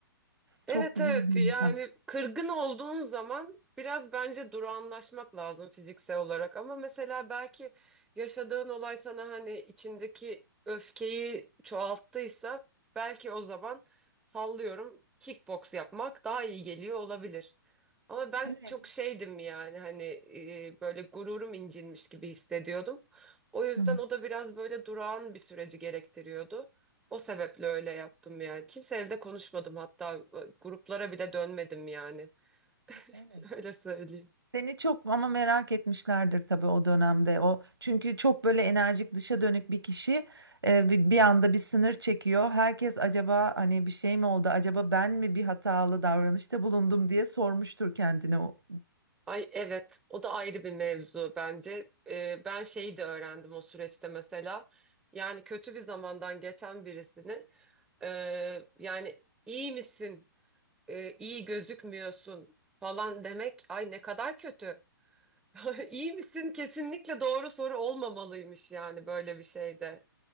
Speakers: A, on the right (about 85°); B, in the centre.
A: Çok
B: Evet
A: güzel
B: evet
A: bir yöntem.
B: yani kırgın olduğun zaman biraz bence durağanlaşmak lazım fiziksel olarak ama mesela belki yaşadığın olay sana hani içindeki öfkeyi çoğalttıysa belki o zaman sallıyorum kickbox yapmak daha iyi geliyor olabilir. Ama ben
A: Evet.
B: çok şeydim yani hani e, böyle gururum incinmiş gibi hissediyordum. O yüzden
A: Hı hı.
B: o da biraz böyle durağan bir süreci gerektiriyordu. O sebeple öyle yaptım yani. Kimseyle de konuşmadım hatta e, gruplara bile dönmedim yani.
A: Evet.
B: <laughs> Öyle söyleyeyim.
A: Seni çok ama merak etmişlerdir tabii o dönemde. O çünkü çok böyle enerjik dışa dönük bir kişi e, bi- bir anda bir sınır çekiyor. Herkes acaba hani bir şey mi oldu? Acaba ben mi bir hatalı davranışta bulundum diye sormuştur kendine. o.
B: Ay evet, o da ayrı bir mevzu bence. Ee, ben şeyi de öğrendim o süreçte mesela. Yani kötü bir zamandan geçen birisini e, yani iyi misin? e, iyi gözükmüyorsun falan demek ay ne kadar kötü. <laughs> İyi misin? Kesinlikle doğru soru olmamalıymış yani böyle bir şeyde.